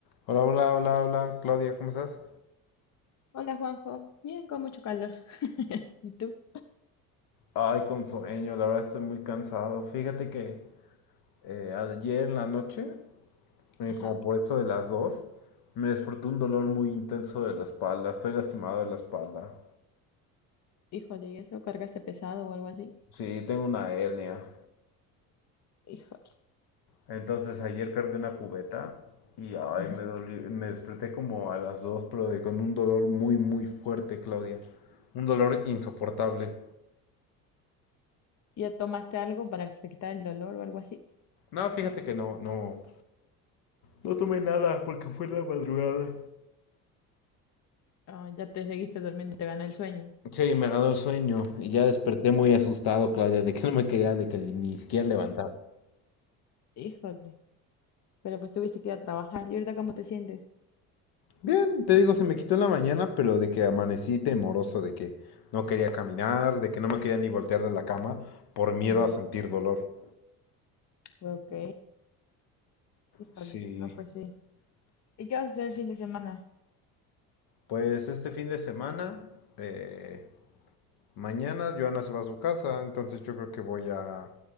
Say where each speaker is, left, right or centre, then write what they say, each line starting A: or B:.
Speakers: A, on the left; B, on the left.
A: Hola, hola, hola, hola, Claudia, ¿cómo estás?
B: Hola Juanjo, bien con mucho calor. <laughs> ¿Y tú?
A: Ay, con sueño, la verdad estoy muy cansado. Fíjate que eh, ayer en la noche, eh,
B: Ajá,
A: como por eso de las dos, me despertó un dolor muy intenso de la espalda. Estoy lastimado de la espalda.
B: híjole, ¿y eso cargaste pesado o algo así?
A: Sí, tengo una hernia.
B: Híjole.
A: Entonces ayer cargué una cubeta y ay,
B: Ujú.
A: me dolió- me desperté como a las dos, pero de- con un dolor muy, muy fuerte, Claudia. Un dolor insoportable.
B: ¿Ya tomaste algo para que se quitara el dolor o algo así?
A: No, fíjate que no, no. No tomé nada porque fue en la madrugada.
B: Ah, ya te seguiste durmiendo, te ganó el sueño.
A: Sí, me ganó el sueño y ya desperté muy asustado, Claudia, de que no me quería, de que ni siquiera levantar.
B: Híjole, pero pues tuviste que ir a trabajar. ¿Y ahorita cómo te sientes?
A: Bien, te digo, se me quitó en la mañana, pero de que amanecí temoroso, de que no quería caminar, de que no me quería ni voltear de la cama por miedo
B: Ujú.
A: a sentir dolor.
B: Ok, híjole,
A: Sí,
B: no pues sí. ¿Y qué vas a hacer el fin de semana?
A: pues este fin de semana, eh, mañana Joana se va a su casa, entonces yo creo que voy a,